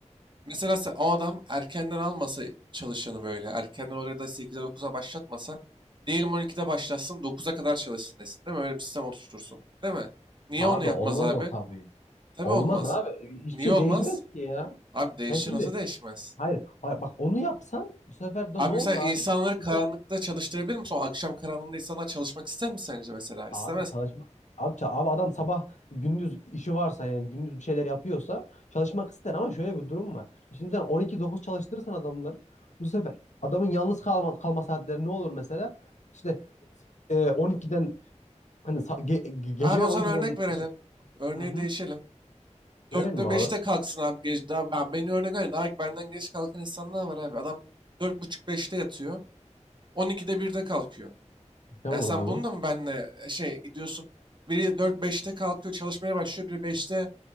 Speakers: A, on the right; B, on the left.
A: Mesela se- o adam erkenden almasa çalışanı böyle. Erkenden orada 8'e 9'a başlatmasa. Diyelim 12'de başlatsın 9'a kadar çalışsın desin değil mi? Öyle bir sistem oturtursun. Değil mi? Niye
B: Abi
A: onu yapmaz
B: olmaz
A: abi?
B: o tabii.
A: Tabii
B: Olmaz
A: olmaz.
B: abi. Hiçbir
A: Niye
B: şey
A: olmaz?
B: değişmez ki ya.
A: Abi değişir
B: Yani şimdi
A: nasıl değişmez?
B: hayır ba- bak onu yapsan bu sefer de
A: Abi
B: ne olur
A: mesela
B: abi?
A: insanları karanlıkta
B: İnsan
A: çalıştırabilir misin? O akşam karanlığında insanlar çalışmak ister mi sence mesela? İstemez.
B: abi çalışmak abi, ça- abi adam sabah gündüz işi varsa yani gündüz bir şeyler yapıyorsa çalışmak ister ama şöyle bir durum var. Şimdi sen 12-9 çalıştırırsan adamları bu sefer adamın yalnız kalma, kalma saatleri ne olur mesela? İşte e, 12'den Hani sa- ge- ge- gece
A: Abi o
B: 12'den
A: zaman örnek verelim.
B: işte
A: Örneği
B: hı hı.
A: değişelim.
B: Verelim
A: Dörtte
B: abi.
A: beşte kalksın abi gece Daha ben beni örnek ver. Daha benden geç kalkan insanlar var abi. Adam dört buçuk beşte yatıyor. 12'de birde kalkıyor.
B: Tamam
A: Yani sen bunu
B: abi.
A: da mı benle e, şey gidiyorsun? Biri dört beşte kalkıyor çalışmaya başlıyor. Biri beşte